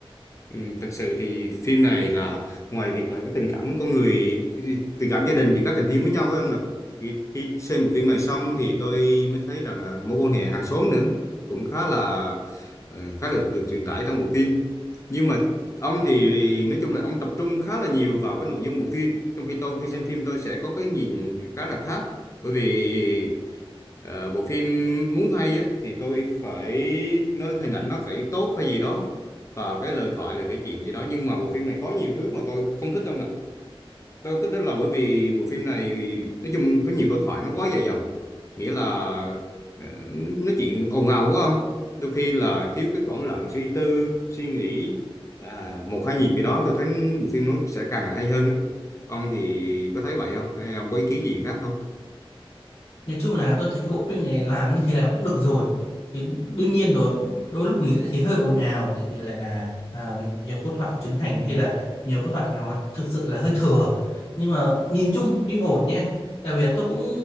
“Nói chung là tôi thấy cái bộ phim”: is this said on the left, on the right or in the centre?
Left